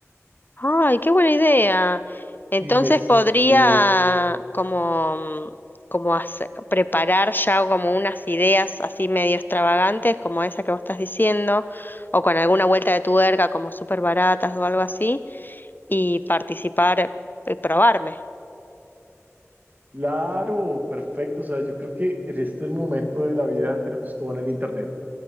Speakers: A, on the left; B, on the right.
A: Ay, qué buena idea. Entonces
B: Mezclé
A: podría como, mm, como hace- preparar ya como unas ideas así medio extravagantes, como esa que vos estás diciendo, o con alguna vuelta de tuerca, como súper baratas o algo así, y participar y probarme.
B: Claro, perfecto. O sea, yo creo que en este momento de la vida tenemos todo en el internet.